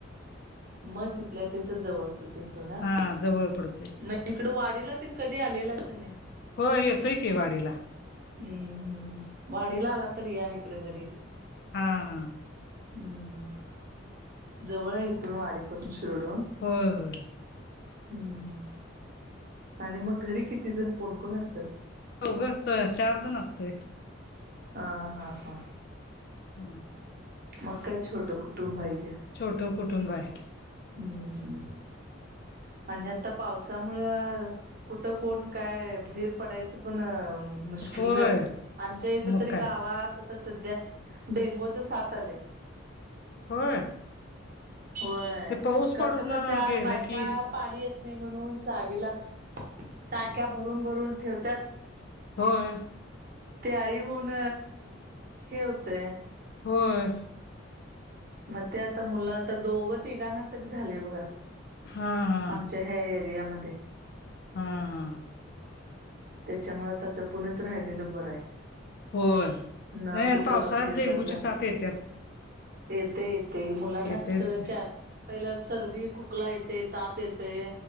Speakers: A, on the right; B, on the left.
A: मग तिथल्या तिथं जवळ पडतंय सोडा
B: हा जवळ पडतेय.
A: मग इकडं वाडीला तेन कधी आलेला का नाही.
B: हो येतोय की वाडीला.
A: हम्म हम्म वाडीला आला तरी या इकडे घरी.
B: हा हा
A: हम्म जवळ इथून वाडीपासून शिरडवून.
B: होय होय.
A: हम् आणि मग घरी किती जण कोण कोण असतात.
B: होघं च चार जण असतंय.
A: हा हा हा.
B: ह
A: मग काय छोटं कुटुंब आहे घ्या.
B: छोटं कुटुंब आहे.
A: हम्म हम्म आणि आता पावसामुळं. कुठं कोण काय बैर पडायचं पण. मुश्किल
B: होय
A: झाले आमच्या इथ
B: मग
A: तरी
B: काय
A: गावात आता सध्या डेंगूच साथ आले.
B: होय.
A: होय
B: ते पाऊस
A: कसं
B: पडून
A: करत्यात
B: गेलं
A: बायका.
B: की
A: पाणी येत नाही म्हणून चावीला टाक्या भरून भरून ठेवतात.
B: होय.
A: ते आळी होऊन हे होतय.
B: होय.
A: मग ते आता मुलं आता दोघ तिघांना तरी झाले बघा.
B: हा हा.
A: आमच्या ह्या एरियामध्ये.
B: हा हा.
A: त्याच्यामुळे आता जपुणीच राहिलेलं बर आहे
B: होय
A: न
B: नाही
A: कुठं
B: आणि पावसाळत
A: बाहेर
B: डेंगूची
A: जाता
B: साथ य त्याच
A: येते येत मुलांना
B: येतेच
A: कसं वि
B: ते
A: चार पहिला सर्दी खोकला येते ताप येते